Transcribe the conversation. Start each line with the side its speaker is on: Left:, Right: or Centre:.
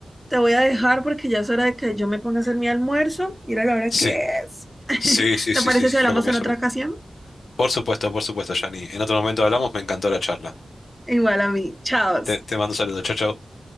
Centre: te voy a dejar porque ya es hora de que yo me ponga a hacer mi almuerzo. Mira la hora
Left: Sí,
Centre: que es.
Left: sí,
Centre: <laughs>
Left: sí,
Centre: ¿Te
Left: sí,
Centre: parece
Left: sí, sí,
Centre: si hablamos
Left: yo comía
Centre: en
Left: sobre
Centre: otra
Left: todo.
Centre: ocasión?
Left: Por supuesto, por supuesto, Yanni. En otro momento hablamos, me encantó la charla.
Centre: Igual a mí. Chao.
Left: Te, te mando saludos. Chau, chau.